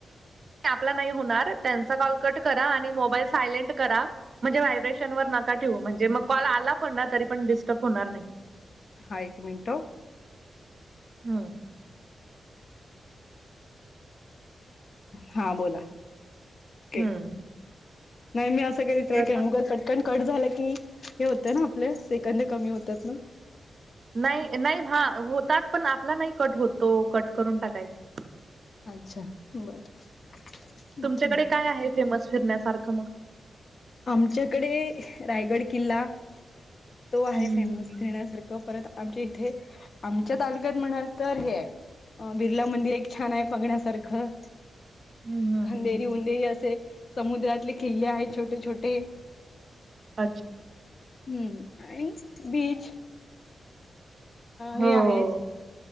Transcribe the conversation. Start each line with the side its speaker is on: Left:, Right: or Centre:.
Right: आपला नाही होणार त्यांचा कॉल कट करा, आणि मोबाईल सायलेंट करा म्हणजे व्हायब्रेशनवर नका ठेवू, म्हणजे मग कॉल आला पण ना तरी पण डिस्टर्ब होणार नाही.
Left: हा एक मिनिट
Right: हम्म.
Left: हा बोला. केलं
Right: हम्म.
Left: नाही मी असं <unintelligible>
Right: तर
Left: मुग से कट झालं की, हे होतं ना आपल्या सेकंद कमी होतात ना.
Right: नाही नाही हा होतात, पण आपला नाही कट होतो कट करून टाकायच.
Left: अच्छा! बरं ठीक
Right: तुमच्याकडे काय आहे फेमस फिरण्यासारखं मग
Left: आमच्याकडे रायगड किल्ला, तो आहे
Right: हम्म
Left: फेमस फिरण्यासारखं परत आमच्या इथे, आमच्या तालुक्यात म्हणाल तर हे आहे अ- बिर्ला मंदिर एक छानय बघण्यासारखं.
Right: हम्म हम्म
Left: खंधेरी
Right: हम्म
Left: उंदेरी असे, समुद्रातले किल्ले आहेत छोटे छोटे.
Right: अच्छ
Left: हम्म आणि बीच.
Right: हो
Left: हे आहेत